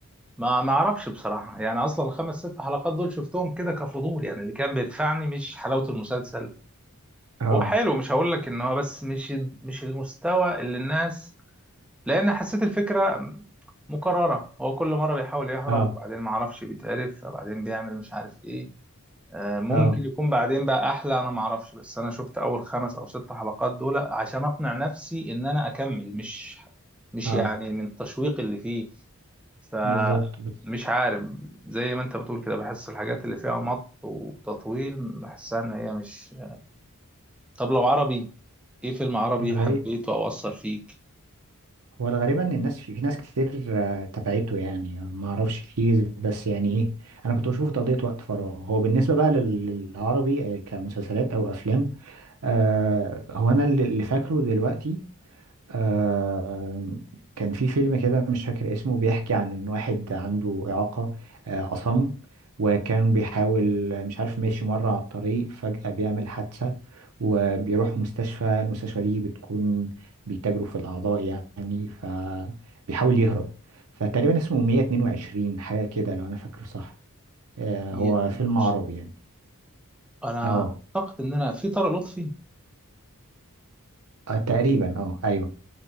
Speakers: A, in the centre; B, on the right.
A: ما ما اعرفش بصراحة يعني اصلا الخمس ست حلقات دول شفتهم كده كفضول يعني اللي كان بيدفعني مش حلاوة المسلسل
B: اه
A: هو حلو مش هقول لك ان هو بس مش مش المستوى اللي الناس لان حسيت الفكره مكرره هو كل مره بيحاول يهرب
B: اه
A: وبعدين ما اعرفش بيتعرف فبعدين بيعمل مش عارف ايه آه، ممكن
B: اه
A: يكون بعدين بقى احلى انا ما اعرفش بس انا شفت اول خمس او ست حلقات دول عشان اقنع نفسي ان انا اكمل مش مش
B: اه
A: يعني من التشويق اللي فيه فمش
B: بالظبط بالظبط.
A: عارف زي ما انت بتقول كده بحس الحاجات اللي فيها مط وتطويل بحسها ان هي مش طب لو عربي ايه فيلم عربي
B: الغي
A: حبيته او اثر فيك
B: هو الغريب ان الناس في, في ناس كتير آه، تبعته يعني ما اعرفش كتير بس يعني ايه انا كنت بشوفه تقضية وقت فراغ هو بالنسبة بقى لل- للعربي آه، كمسلسلات او افلام آه هو انا اللي اللي فاكره دلوقتي آه كان في فيلم كده مش فاكر اسمه بيحكي عن ان واحد عنده إعاقة آه أصم وكان بيحاول آه، مش عارف ماشي مرة على الطريق فجأة بيعمل حادثة وبيروح مستشفى المستشفى دي بتكون بيتاجروا في الأعضاء يعني فبيحاول يهرب فتقريبا اسمه 122 حاجة كده لو أنا فاكره صح آه
A: 122
B: هو فيلم عربي يعني
A: انا
B: اه
A: اعتقد ان انا في طارق لطفي
B: آه، تقريبا اه ايوه